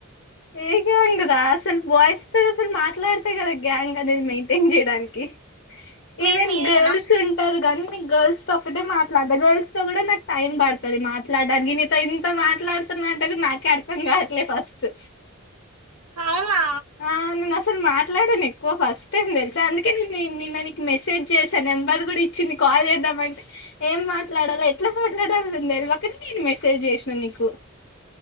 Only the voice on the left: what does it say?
ఏ గ్యాంగ్ రా? అసలు బాయ్స్ తో అసలు మాట్లాడ్తే కదా, గ్యాంగ్ అనేది మెయింటెన్ చేయడానికి?
ఈవెన్
గర్ల్స్ ఉంటరు గనీ, నెన్ గర్ల్స్ తొ ఒక్కటే మాట్లాడత. గర్ల్స్ తో కూడా నాకు టైం పడుతది మాట్లాడానికి, నీతో ఇంత మాట్లాడుతున్నా అంటె కూడ నాకే అర్థం కావట్లేదు ఫస్ట్.
ఆ నెన్ అసల్ తోన్ మాట్లాడన్ ఎక్కువ ఫస్ట్ టైం తెలుసా, అందుకే నేను నిన్న నీకు మెసేజ్ చేసా, నెంబర్ కూడా ఇచ్చింది, కాల్ చేద్దామంటే ఏం మాట్లాడలో ఎట్లా మాట్లాడాలన్ తెలివకనే, నేను మెసేజ్ చేసినా నీకు.